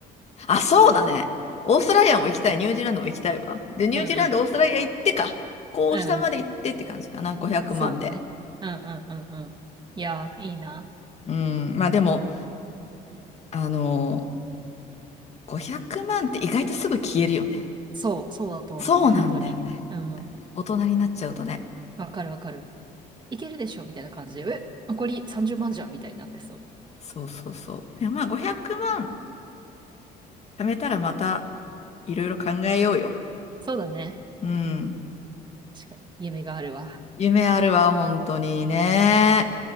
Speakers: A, on the left; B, on the right.
A: あ、そうだね。オーストラリアも行きたい。ニュージーランドも行きたいわ。で、ニュージーランド、
B: うんうん。
A: オーストラリア行ってか。こう、
B: うんうん。
A: 下まで行ってって感じかな。500万で。
B: そうだね。うんうんうんうん。いやー、いいな。
A: うん。まあでも、あのー500万って意外とすぐ消えるよね。
B: そう、そうだと思う、
A: そうなんだよね。
B: 本当に。うん。
A: 大人になっちゃうとね。
B: わかるわかる。いけるでしょみたいな感じで、え、残り30万じゅうまんじゃんみたいになってそう。
A: そうそうそう。でもまあ500万貯めたらまたいろいろ考えようよ。
B: そうだね。
A: うん。
B: 確かに。夢があるわ。
A: 夢あるわ、本当にね。